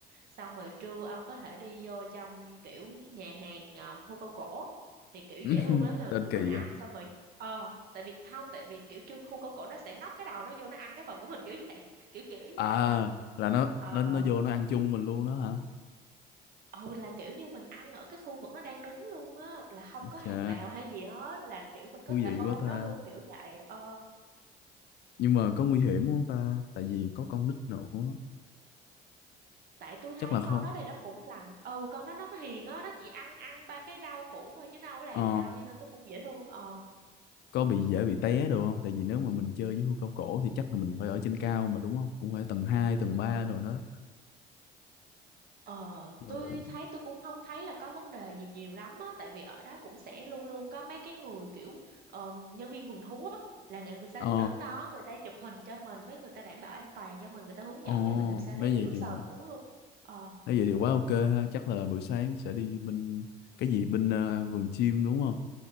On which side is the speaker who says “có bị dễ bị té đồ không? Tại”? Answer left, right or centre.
Left